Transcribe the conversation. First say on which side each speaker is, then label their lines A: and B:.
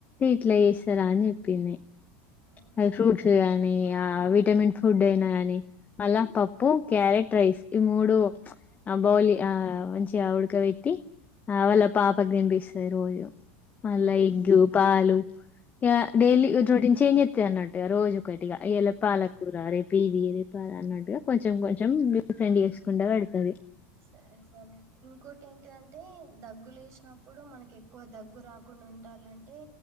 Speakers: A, on the left; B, on the right.
A: ఇట్లా చేస్తారా అని చెప్పింది
B: హ్మ్.
A: మ్ ఫ్రూట్స్ గానీ ఆ విటమిన్ ఫుడ్ అయినా ని మళ్ళ పప్పు క్యారెట్ రైస్ ఈ మూడు బౌలి ఆ మంచిగా ఉడకబెట్టి వాళ్ళ పాపకు తినిపిస్తది రోజు మళ్ళ
B: హ్మ్.
A: ఎగ్గు పాలు యా డైలీ
B: ఆ!
A: రోటిన్ అన్నట్టుగా రోజు ఒకటిగా ఇయాళ పాలకూర రేపు ఇది రేపు అది అన్నట్టుగా కొంచెం కొంచెం డిఫరెంట్ చేసుకుంటా పెడతది
B: సరే సరే ఇంకోటి ఏంటిదం టే దగ్గు లేసినప్పుడు మనకి ఎక్కువ దగ్గు రాకుండా ఉండాలంటే